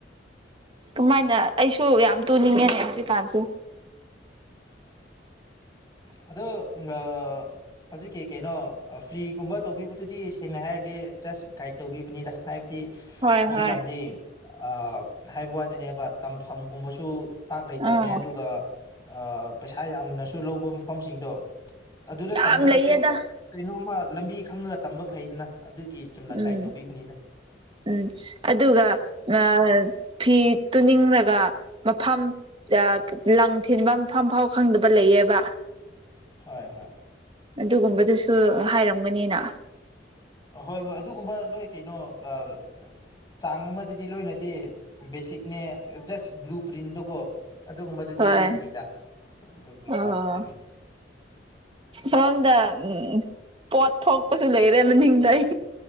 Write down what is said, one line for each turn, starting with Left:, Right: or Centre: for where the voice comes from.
Right: ꯀꯃꯥꯏꯅ ꯑꯩꯁꯨ ꯌꯥꯝ ꯇꯨꯅꯤꯡꯉꯦꯅꯦ ꯍꯧꯖꯤꯛꯀꯥꯟꯁꯦ
Left: ꯑꯗꯣ <unintelligible> ꯍꯧꯖꯤꯛꯀꯤ ꯀꯩꯅꯣ ꯑ ꯐ꯭ꯔꯤꯒꯨꯝꯕ ꯇꯧꯕꯤꯕꯗꯨꯗꯤ ꯁꯦꯡꯅ ꯍꯥꯏꯔꯗꯤ ꯖꯁ ꯒꯥꯏꯠ ꯇꯧꯕꯤꯕꯅꯤꯗ ꯍꯥꯏꯕꯗꯤ
Right: ꯍꯣꯏ
Left: ꯍꯧꯖꯤꯛꯀꯥꯟꯗꯤ
Right: ꯍꯣꯏ
Left: ꯑ ꯍꯥꯏꯕ ꯋꯥꯗꯅꯦꯕ ꯇꯝꯐꯝꯒꯨꯝꯕꯁꯨ ꯄꯥꯛ ꯂꯩꯇꯕꯅꯦ
Right: ꯑꯥ
Left: ꯑꯗꯨꯒ ꯑꯥ ꯄꯩꯁꯥ ꯌꯥꯝꯅꯁꯨ ꯂꯧꯕ ꯃꯐꯝꯁꯤꯡꯗꯣ ꯑꯗꯨꯗ
Right: ꯌꯥꯝ
Left: ꯇꯝꯖꯔꯁꯨ
Right: ꯂꯩꯌꯦꯗ
Left: ꯀꯩꯅꯣꯝꯃ ꯂꯝꯕꯤ ꯈꯪꯉꯒ ꯇꯝꯕ ꯐꯩꯗꯅ ꯑꯗꯨꯒꯤ ꯆꯨꯝꯅ
Right: ꯎꯝ
Left: ꯒꯥꯏꯗ ꯇꯧꯕꯤꯕꯅꯤꯗ
Right: ꯎꯝ ꯑꯗꯨꯒ <unintelligible> ꯐꯤ ꯇꯨꯅꯤꯡꯔꯒ ꯃꯐꯝ <unintelligible> ꯂꯪ ꯊꯤꯟꯕ ꯃꯐꯝ ꯐꯥꯎ ꯈꯪꯗꯕ ꯂꯩꯌꯦꯕ
Left: ꯍꯣꯏ ꯍꯣꯏ
Right: ꯑꯗꯨꯒꯨꯝꯕꯗꯨꯁꯨ ꯍꯥꯏꯔꯝꯒꯅꯤꯅ
Left: ꯍꯣꯏ ꯍꯣꯏ ꯑꯗꯨꯒꯨꯝꯕ ꯂꯣꯏ ꯀꯩꯅꯣ ꯑꯥ ꯆꯥꯡ ꯑꯃꯗꯗꯤ ꯂꯣꯏꯅꯗꯤ ꯕꯦꯁꯤꯛꯅꯦ ꯖꯁ ꯕ꯭ꯂꯨ ꯄꯔꯤꯟꯗꯣ ꯀꯣ ꯑꯗꯨꯒꯨꯝꯕꯗꯨꯗꯤ
Right: ꯍꯣꯏ
Left: ꯄꯤꯒꯅꯤꯗ ꯑꯗꯨꯒꯤ
Right: ꯑꯣ
Left: ꯋꯥ ꯈꯛꯇꯅꯤꯗ
Right: ꯁꯣꯝꯗ ꯎꯝ ꯄꯣꯠ ꯊꯣꯛꯄꯁꯨ ꯂꯩꯔꯦ ꯃꯅꯤꯡꯗ ꯑꯩ